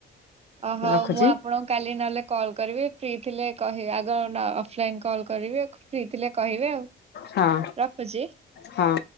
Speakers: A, on the right; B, on the left.
A: ଓହଉ
B: ରଖୁଛି
A: ମୁଁ ଆପଣଙ୍କୁ କାଲି ନଲେ କଲ୍ କରିବି ଫ୍ରି ଥିଲେ କହିବେ ଆଗ ଫ୍ଳେନ୍ କଲ୍ କରିବି ଫ୍ରି ଥିଲେ କହିବେ ଆଉ
B: ହଁ
A: ରଖୁଛି।
B: ହଁ।